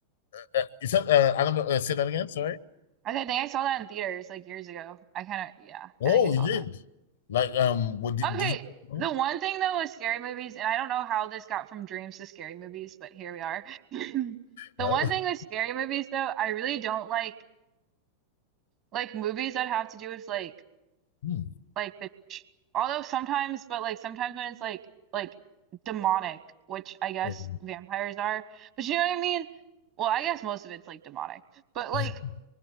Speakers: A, on the left; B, on the right.
A: Uh, is that uh, Annabelle? Uh, say that again. Sorry.
B: I thi- I think I saw that in theaters like years ago. I kind of, yeah,
A: Oh,
B: I think I saw
A: you did.
B: that.
A: Like um, what did,
B: Okay,
A: did you? huh?
B: the one thing though with scary movies, and I don't know how this got from dreams to scary movies, but here we are. <laughs> The
A: Well,
B: one
A: <laughs>
B: thing with scary movies though, I really don't like like movies that have to do with like
A: Hmm.
B: like the ch although sometimes, but like sometimes when it's like like demonic, which I guess
A: Oh,
B: vampires are, but you know what I mean? Well, I guess most of it's like demonic, but like
A: <laughs>